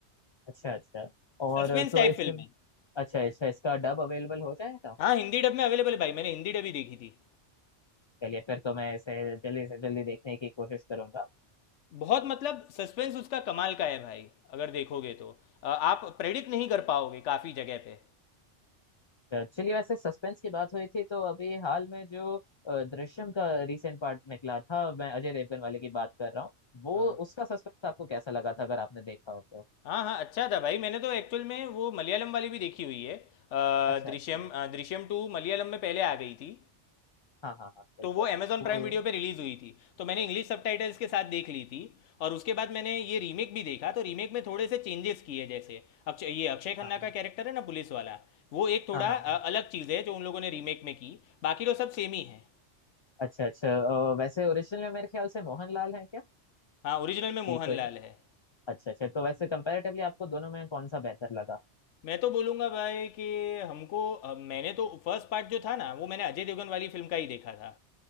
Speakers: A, on the left; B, on the left.
A: अच्छा अच्छा और
B: सस्पेंस
A: तो
B: टाइप
A: इसका
B: फिल्म है
A: अच्छा अच्छा इसका डब अवेलेबल हो जाएगा
B: हाँ हिंदी डब में अवेलेबल है भाई मैंने हिंदी डब ही देखी थी
A: चलिए फिर तो मैं इसे जल्दी से जल्दी देखने की कोशिश करूंगा
B: बहुत मतलब सस्पेंस उसका कमाल का है भाई अगर देखोगे तो अ, आप प्रेडिक्ट नहीं कर पाओगे काफ़ी जगह पे
A: चलिए वैसे सस्पेंस की बात हुई थी तो अभी हाल में जो अ, दृश्यम का रिसेंट पार्ट निकला था मैं अजय देवगन वाले की बात कर रहा हूँ वो
B: हाँ
A: उसका सस्पेंस आपको कैसा लगा था अगर आपने देखा हो तो
B: हाँ हाँ अच्छा था भाई मैंने तो एक्चुअल में वो मलयालम वाली भी देखी हुई है अ,
A: अच्छा
B: दृश्यम
A: अच्छा
B: अ, दृश्यम टू मलयालम में पहले आ गई थी
A: हाँ हाँ हाँ बिल्कुल
B: तो वो अमेजॉन
A: तो
B: प्राइम वीडियो पे रिलीज हुई थी तो मैंने इंग्लिश सबटाइटल्स के साथ देख ली थी और उसके बाद मैंने ये रीमेक भी देखा तो रीमेक में थोड़े से चेंजेस किए जैसे अक्षय ये अक्षय खन्ना
A: हाँ हाँ
B: का कैरेक्टर है ना पुलिस वाला वो एक थोड़ा
A: हाँ हाँ
B: अ,
A: हाँ।
B: अलग चीज़ है जो उन लोगों ने रीमेक में की बाकी तो सब सेम ही है
A: अच्छा अच्छा अ, वैसे ओरिजिनल में मेरे ख्याल से मोहनलाल है क्या
B: हाँ ओरिजिनल में मोहनलाल
A: कि कोई
B: है
A: अच्छा अच्छा तो वैसे कंपैरेटिवली आपको दोनों में कौन सा बेहतर लगा
B: मैं तो बोलूँगा भाई कि हमको अ, मैंने तो फर्स्ट पार्ट जो था ना वो मैंने अजय देवगन वाली फिल्म का ही देखा था